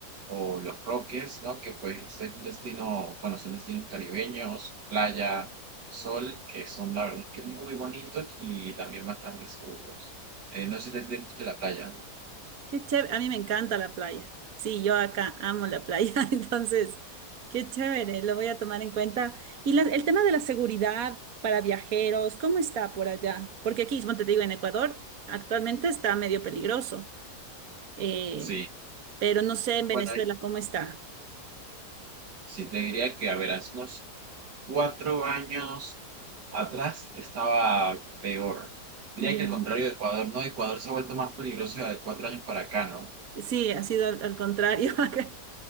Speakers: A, on the right; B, on the right.
A: o los Roques, ¿no? Que pues es destino, bueno, son destinos caribeños, playa, sol, que son la verdad que muy bonitos y también bastante seguros. Eh, no sé si te gusta la playa.
B: Qué chévere, a mí me encanta la playa. Sí, yo acá amo la playa, <laughs> entonces, qué chévere, lo voy a tomar en cuenta. Y la- el tema de la seguridad para viajeros, ¿cómo está por allá? Porque aquí, como te digo, en Ecuador actualmente está medio peligroso, eh,
A: Sí,
B: pero no sé en Venezuela
A: bueno, eh,
B: cómo está.
A: sí te diría que, a ver, hace unos cuatro años atrás estaba peor. Diría
B: Ya.
A: que el contrario de Ecuador, ¿no? Ecuador se ha vuelto más peligroso de cuatro años para acá, ¿no?
B: Sí, ha sido al, al contrario. <laughs> acá.